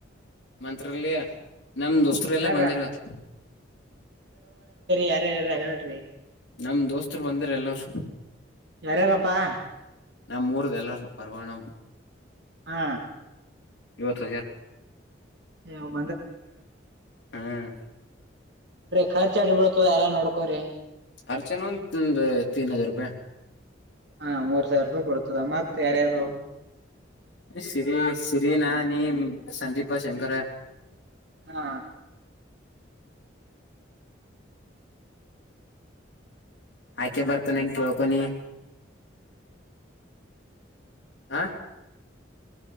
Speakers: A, on the left; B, on the right.
A: ಮಂತ್ರಾಲಯ ನಮ ದೋಸ್ತರೆ ಎಲ್ಲ
B: ಹೇಳ್ರ
A: ಬಂದಿರ್ವತ್.
B: ಯಾರ್ಯಾರಲ್ಲಾ ಹೇಳ್ರಿ.
A: ನಮ ದೋಸ್ತರು ಬಂದ್ರ ಎಲ್ಲರು.
B: ಯಾರ್ಯಾರಪ್ಪಾ.
A: ನಮ್ಮ್ ಮೂರುದೆ ಎಲ್ಲ ಪರ್ವಣ.
B: ಹಾ.
A: ಇವತ್ತ ಹೋಗ್ಯಾರ್.
B: <unintelligible>
A: ಹ್ಮ್
B: ಖರ್ಚ ಆಡ್ಬಿಡ್ತದ ಎಲ್ಲಾ ನೋಡ್ಕೋ್ರಿ.
A: ಅರ್ಚನಾ ತೀನ್ ಹಜಾರ್ ರೂಪಾಯಿ.
B: ಹಾ ಮೂರ್ ಸಾವಿರ ರೂಪಾಯಿ ಬರ್ತದ ಮತ್ ಯಾರ್ಯಾರು.
A: ಸಿರಿ ಸಿರಿನಾ ನೀ ಸಂದೀಪ ಶಂಕರ.
B: ಹಾ.
A: ಆಕ್ಯಾ ಬರ್ತನಂಗ ಕೇಳ್ಕೊನಿ. ಹಾ.